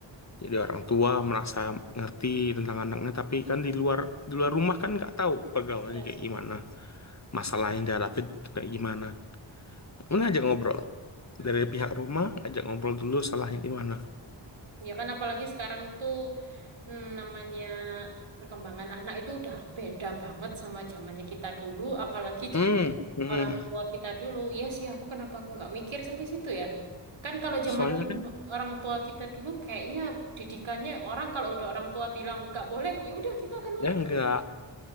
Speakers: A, on the left; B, on the right.
A: jadi orang tua merasa ngerti tentang anaknya tapi kan di luar di luar rumah kan nggak tahu pergaulannya
B: ya sih
A: kayak gimana, masalah yang dihadapin tuh kayak gimana. Ini
B: ya
A: ajak ngobrol.
B: Mm-mm.
A: Dari pihak rumah, ajak ngobrol dulu salahnya di mana.
B: Ya kan apalagi sekarang itu Hmm, namanya perkembangan anak itu udah beda banget sama zamannya kita dulu, apalagi
A: Hmm,
B: zaman
A: hmm.
B: orang tua kita dulu. Iya sih, aku kenapa aku nggak mikir sampai situ ya? Kan kalau
A: Soalnya
B: zaman orang,
A: kan,
B: orang tua kita dulu kayaknya didikannya orang kalau udah orang tua bilang nggak boleh, ya udah kita akan nurut.
A: ya enggak.
B: Nggak boleh.